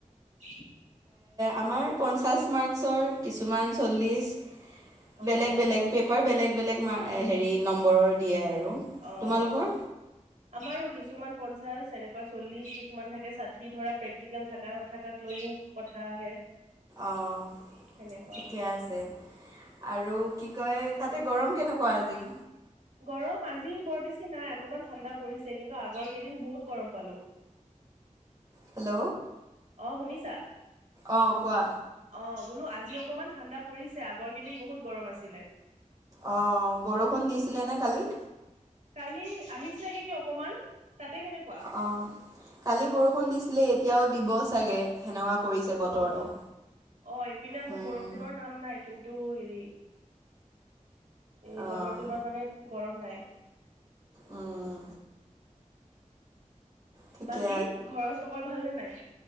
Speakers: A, on the right (about 70°); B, on the right (about 30°).
A: <inaudible>
B: আমাৰ পঞ্চাছ মাৰ্কছৰ, কিছুমান চল্লিছ।
A: অ
B: বেলেগ
A: অ
B: বেলেগ পেপাৰ বেলেগ বেলেগ, হেৰি নম্বাৰৰ। দিয়ে আৰু।
A: অ
B: তোমালোকৰ?
A: অ আমাৰো কিছুমান পঞ্চাশ, এনেকুৱা চল্লিশ, কিছুমান থাকে ষাঠি, ধৰা প্ৰেক্টিকেল থাকে। থকা নাথাকাক লৈও কথা আহে।
B: অঁ,
A: সেনেকুৱা
B: ঠিকে আছে। আৰু কি কয়, তাতে গৰম কেনেকুৱা আজি?
A: গৰম আজি বৰ বেছি নাই, অকমান ঠাণ্ডা পৰিছে, কিন্তু আগৰ কেইদিন বহুত গৰম পালো।
B: হেল্ল'।
A: অ, শুনিছা?
B: অ, কোৱা?
A: অ, বোলো আজি অকমান ঠাণ্ডা পৰিছে। আগৰ কেইদিন বহুত গৰম আছিলে।
B: অ, বৰষুণ দিছিলে নে কালি?
A: কালি আহিছিলা নেকি অকমান, তাতে কেনেকুৱা?
B: অঁ, কালি বৰষুণ দিছিলে, এতিয়াও দিব চাগে। সেনেকুৱা কৰিছে বতৰটো।
A: অ অ, এইপিনে আকৌ
B: উম।
A: বৰষুণৰ নাম নাই, কিন্তু হেৰি এই
B: অ',
A: বতৰটো ইমান মানে গৰম নাই।
B: উম, ঠিকে
A: বাকী, ঘৰৰ চবৰে ভালনে নাই?